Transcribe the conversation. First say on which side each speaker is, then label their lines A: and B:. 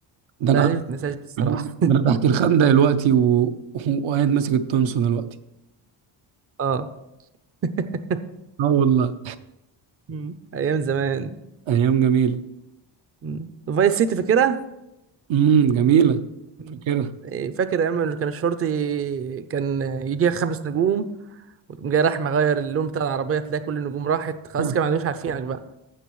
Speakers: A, on the right; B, on the right.
A: ده
B: لا
A: انا
B: دي متنساش دي
A: <clears throat>
B: الصراحه
A: ده انا تحت الخندق دلوقتي و... وقاعد ماسك التونسون دلوقتي
B: اه <laughs>
A: اه والله
B: مم. ايام زمان
A: ايام جميله
B: مم. فايس سيتي فاكرها
A: امم جميله
B: مم.
A: فاكرها
B: إيه، فاكر ايام اللي كان الشرطي كان يجيها خمس نجوم وتقوم جاي راح مغير اللون بتاع العربيه تلاقي كل النجوم راحت خلاص
A: <laughs>
B: كده ما عندوش عارفينك بقى